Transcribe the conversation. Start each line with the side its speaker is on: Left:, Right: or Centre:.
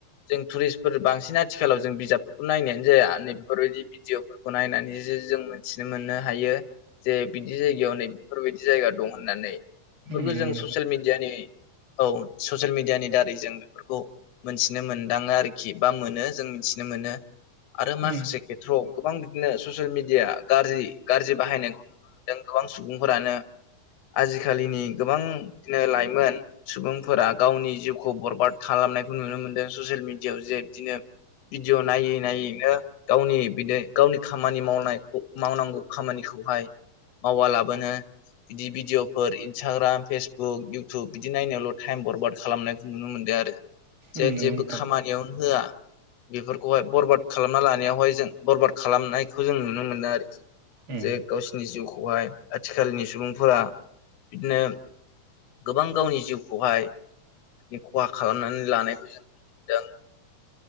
Left: जों टुरिस्टफोर बांसिन आथिखालाव जों बिजाबफोरखौ नायनायानो जाया नै बिफोरबायदि भिदिअफोरखौ नायनानै जो जों मिथिनो मोननो हायो जे बिदि जायगायाव नै बेफोरबायदि जायगा दं होननानै।
Right: उम
Left: बेफोरखौ
Right: नंगौ
Left: जों
Right: नोंथां
Left: ससियेल मिडियानि औ ससियेल मिडियानि दारै जों बिफोरखौ। मोनथिनो मोनदाङो आरोखि बा मोनो जों मिथिनो मोनो। आरो माखासे
Right: उम
Left: खेथ्रआव गोबां बिदिनो सु ससियेल मिडिया गारजि गारजि बाहायनायखौ नुनो मोनदों गोबां सुबुंफोरानो आजिखालिनि गोबां बिदिनो लाइमोन सुबुंफोरा गावनि जिउखौ बरबाद खालामनायखौ नुनो मोनदो ससियेल मिडियाआव जे बिदिनो भिदिअ नायै नायैनो गावनि बि-दि गावनि खामानि मावनाय-खौ मावनांगौ खामानिखौहाय मावा लाबोनो बिदि भिडिअफोर इन्सटाग्राम फेसबुक इउटुब बिदि नायनायावल' टाइम बरबाद खालामनाय नुनो मोनदो आरो। जेन
Right: उम नंगौ
Left: जेबो
Right: नोंथां
Left: खामानियावनो
Right: उम
Left: होआ बेफोरखौहाय बरबाद खालामना लानायावहाय जों बरबाद खा खालामनायखौ जों नुनो मोनो आरोखि
Right: उम
Left: जे गावसिनि जिउखौहाय आथिखालनि सुबुंफोरा बिदिनो गोबां गावनि जिउखौहाय बे खहा खालामनानै लानायखो जों नुदों